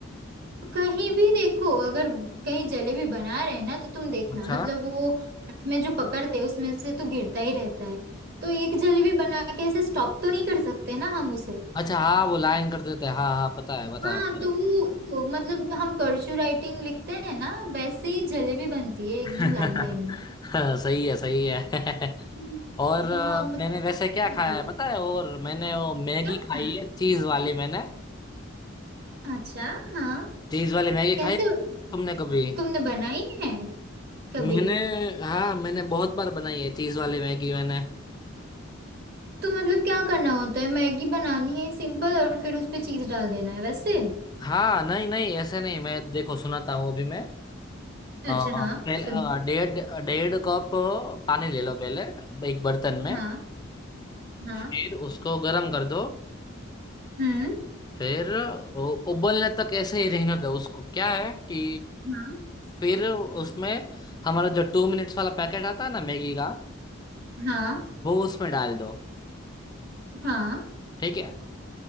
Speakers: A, on the right; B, on the left.
A: कहीं भी देखो अगर कहीं जलेबी बना रहे हैं ना तो तुम देखना
B: अच्छा
A: मतलब वो हाथ में जो पकड़ते हैं उसमें से तो गिरता ही रहता है तो एक जलेबी बना के ऐसे स्टॉप तो नहीं कर सकते ना हम उसे
B: अच्छा हाँ वो लाइन कर देते हैं हाँ हाँ पता है
A: हाँ
B: पता है मुझे
A: तो वो मतलब हम कर्चू राइटिंग लिखते हैं ना वैसे ही जलेबी बनती है एकदम
B: <laughs>
A: लाइन लाइन में
B: हाँ, सही है सही है <laughs>
A: हम्म।
B: और
A: हाँ
B: अ,
A: मतलब
B: मैंने वैसे
A: <laughs>
B: क्या
A: difficult
B: खाया है पता
A: है।
B: है और मैंने वो मैगी
A: क्या
B: खाई
A: हुआ?
B: है चीज वाली मैंने
A: अच्छा हाँ
B: चीज वाली मैगी
A: कैसे
B: खाई है
A: बन-
B: तुमने कभी
A: तुमने बनाई है कभी
B: मैंने हाँ मैंने बहुत बार बनाई है चीज वाली मैगी मैंने
A: तो मतलब क्या करना होता है मैगी बनानी है सिंपल और फिर उस पे चीज डाल देना है वैसे
B: हाँ नहीं नहीं ऐसे नहीं मैं देखो सुनाता हूँ अभी मैं अ,
A: अच्छा हाँ
B: पहले
A: सुनिए
B: अ, डेढ़ डेढ़ कप पानी ले लो पहले एक बर्तन में
A: हाँ हाँ
B: फिर उसको गर्म कर दो
A: हम्म
B: फिर उ- उबलने तक ऐसे ही रहने दो उसको क्या है कि
A: हाँ
B: फिर उसमें हमारा जो टू मिनट्स वाला पैकेट आता है ना मैगी का
A: हाँ
B: वो उसमें डाल दो
A: हाँ
B: ठीक है